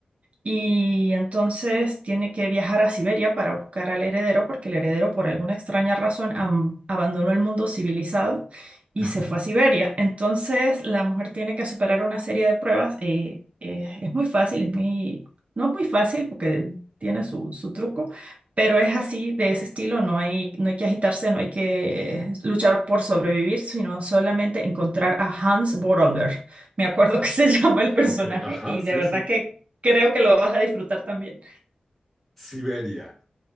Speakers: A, on the right (about 50°); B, in the centre.
A: y entonces tiene que viajar a Siberia para buscar al heredero porque el heredero por alguna extraña razón am- abandonó el mundo civilizado y
B: <laughs>
A: se fue a Siberia. Entonces la mujer tiene que superar una serie de pruebas. eh, eh, es muy fácil, es muy, no es muy fácil porque tiene su, su truco. Pero es así, de ese estilo, no hay, no hay que agitarse, no hay que eh, luchar por sobrevivir, sino solamente encontrar a Hans Borolder. Me acuerdo que se <laughs> llama el personaje
B: Ok, ajá,
A: y
B: sí,
A: de verdad
B: sí.
A: que Creo que lo vas a disfrutar también.
B: Siberia.